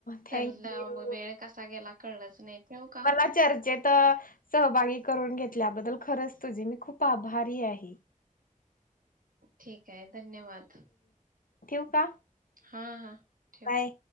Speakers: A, on the left (about 80°); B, on the right (about 80°).
A: थँक्यू
B: तर
A: यू
B: मग वेळ कसा गेला कळलंच नाही ठेवू का
A: मला चर्चेत सहभागी करून घेतल्याबद्दल खरच तुझी मी खूप आभारी आहे.
B: ठीक आहे. धन्यवाद.
A: ठेऊ का?
B: हा हा ठेव
A: बाय.